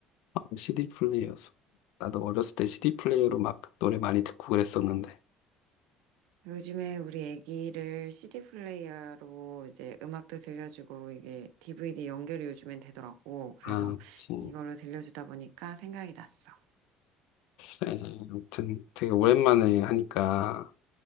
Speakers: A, on the left; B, on the right.
A: 아, CD 플레이어였어. 나도 어렸을 때 CD 플레이어로 막 노래 많이 듣고 그랬었는데.
B: 요즘에 우리 애기를 CD 플레이어로 이제 음악도 들려주고 이게 DVD 연결이 요즘엔 되더라고. 그래서
A: 아, 그치.
B: 이걸로 들려주다 보니까 생각이 났어.
A: 그래, 아무튼 되게 오랜만에 하니까